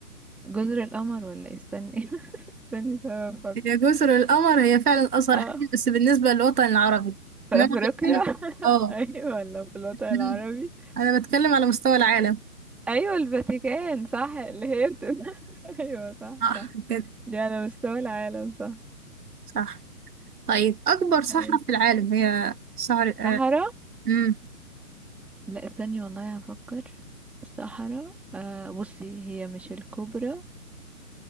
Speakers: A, in the centre; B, on the right (about 80°).
A: جزر القمر ولا إيه؟ استني <laughs> استني طب أفكر.
B: هي
A: <laughs>
B: جزر القمر هي فعلا أصغر
A: اه
B: حاجة بس بالنسبة للوطن العربي
A: في
B: إنما
A: افريقيا
B: بتكلم
A: <laughs>
B: اه
A: ايوه ولا في الوطن العربي
B: إنما أنا بتكلم على مستوى العالم
A: ايوه الفاتيكان صح اللي هي بتبقى <laughs> ايوه صح
B: صح
A: صح
B: كده
A: دي على مستوى العالم صح
B: صح طيب أكبر صحراء
A: أيوة.
B: في العالم هي صحراء
A: صحراء
B: آه.
A: لا استني والله هفكر الصحراء آه بصي هي مش الكبرى